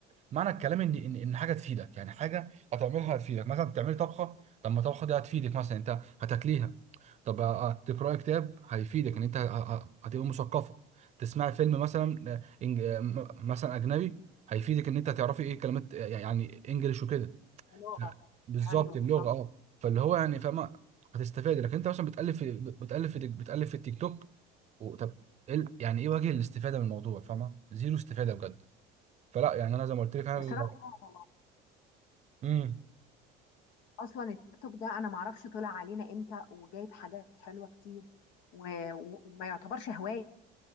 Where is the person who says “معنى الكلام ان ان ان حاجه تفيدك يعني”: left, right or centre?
Right